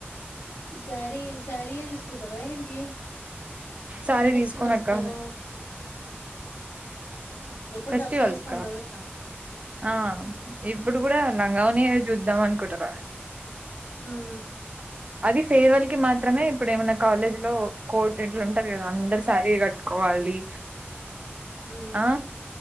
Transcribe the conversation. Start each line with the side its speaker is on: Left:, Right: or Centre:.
Left: సారీ సారీయే తీసుకుటవా ఏంటి ఏమన్నా
Right: సారీ
Left: ఫెస్టివల్స్
Right: తీసుకోనక్క
Left: కయినా ఎప్పుడు
Right: ఫెస్టివల్స్కా
Left: డ్రస్ ఏ ఏసుకుంటావుగా
Right: ఆ ఇప్పుడు కూడా లంగా వొనినేని చూద్దాం అనుకుంటున్న
Left: మ్మ్
Right: అది ఫేయిర్వల్ కి మాత్రమే ఇప్పుడు ఏమన్నా కాలేజీ లో కో ఇట్లా ఉంటాది కదా అందరు శారీ కట్టుకోవాలి
Left: హ్మ్.
Right: ఆ